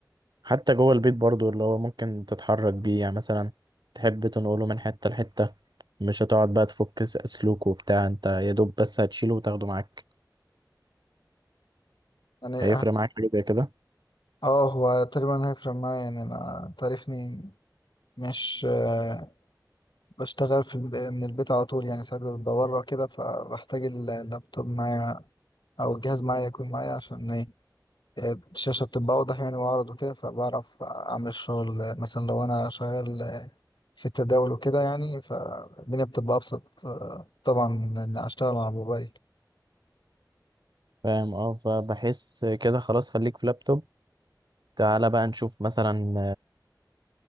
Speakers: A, on the right; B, on the left.
A: حتى جوه البيت برضو اللي هو ممكن تتحرك بيه يعني مثلا تحب تنقله من حتة لحتة مش هتقعد بقى تفك س- سلوك وبتاع انت يا دوب بس هتشيله وتاخده معاك
B: يعني
A: هيفرق معاك حاجة زي كده
B: اه هو تقريبا هيفرق معايا يعني انا تعرفني مش آه، بشتغل في الب... من البيت على طول يعني ساعات ببقى بره كده فبحتاج ال- اللابتوب معايا أو الجهاز معايا يكون معايا عشان إيه آه، الشاشة بتبقى أوضح يعني وأعرض وكده فبعرف أعمل الشغل آه، مثلا لو أنا شغال آه، في التداول وكده يعني فالدنيا بتبقى أبسط آه، طبعا من إن أشتغل على الموبايل
A: فاهم اه فبحس كده خلاص خليك في لابتوب تعالى بقى نشوف مثلا